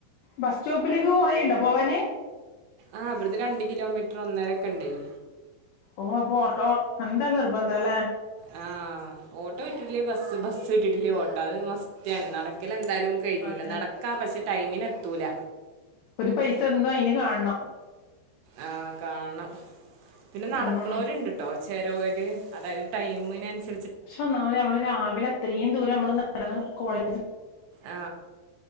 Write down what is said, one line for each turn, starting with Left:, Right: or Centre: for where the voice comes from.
Left: ബസ്സ്റ്റോപ്പിലേക്ക് കൊറേയ്ണ്ടൊ പോവാന്.
Right: ആ വിടുന്ന് രണ്ട് കിലോമീറ്റർ ഒന്നരൊക്കെണ്ടയ്.
Left: ഓ അപോട്ടോ എന്തായാലും നിർബന്ധല്ലേ?
Right: ആ ഓട്ടോ കിട്ടീട്ടില്ലേ ബസ്സ്, ബസ്സ് കിട്ടീട്ടില്ലേ ഓട്ടോ അത് മസ്റ്റാണ്. നടക്കലെൻ ന്താലും കയ്യൂല
Left: അതെ
Right: നടക്കാ പക്ഷെ ടൈമ്നെത്തൂല.
Left: ഒരു പൈസ ന്തോ അയിന് കാണണം
Right: ആ കാണം പിന്നെ നടക്ക്ണോര്ണ്ട്ട്ടോ
Left: ഉം
Right: ചെരോര് അതായത് ടൈമിനൻസ്
Left: പക്ഷെ ഒന്നാമതി നമ്മള് രാവിലെ അത്രീം ദൂരം നമ്മള് നടന്ന് കോളേജ്
Right: ആ